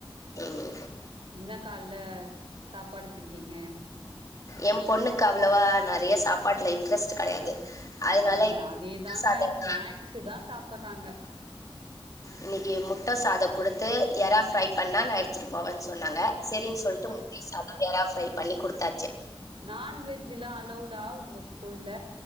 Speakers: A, on the left (about 40°); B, on the right (about 70°).
A: உம்
B: என்ன கால்ல சாப்பாடு செஞ்சிங்க
A: எ பொண்ணுக்கு அவ்ளவா நெறையா சாப்பாட்ல இன்ட்ரெஸ்ட்டு கெடையாது அதனால
B: ஆஹ் அதே தாங்க
A: சாதம்
B: ஸ்நாக்ஸ்சு தா சாப்பிற்றாங்க
A: இன்னக்கி முட்ட சாத குடுத்து எறா ஃப்ரை பண்ணா நா எடுத்துட்டு போவேன் சொன்னாங்க செரின் சொல்ட்டு முட்டை சாத எறா ஃப்ரை பண்ணி குடுத்தா
B: நான்வெஜ்ஜுலா அலோவ்டா ஒங்க ஸ்கூல்ல